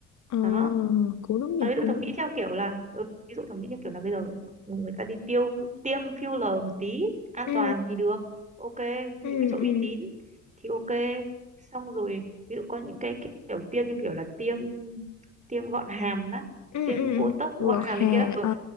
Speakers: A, on the left; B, on the right.
A: Ờ,
B: đó
A: cũng đúng
B: còn
A: nhỉ,
B: ví dụ
A: cũng
B: thẩm
A: đúng
B: mỹ
A: nhỉ.
B: theo kiểu là ừ, ví dụ thẩm mỹ theo kiểu là bây giờ người ta đi tiêu tiêm filler một tí an
A: Ừ,
B: toàn thì được ok những
A: ừ,
B: cái chỗ
A: ừ,
B: uy tín thì ok xong rồi ví dụ có những cái kiểu tiêm như kiểu là tiêm tiêm gọn hàm đó
A: ừ,
B: tiêm
A: ừ, ừ.
B: botox gọn
A: Gọt
B: hàm
A: hà,
B: này kia đó ừ,
A: ờ,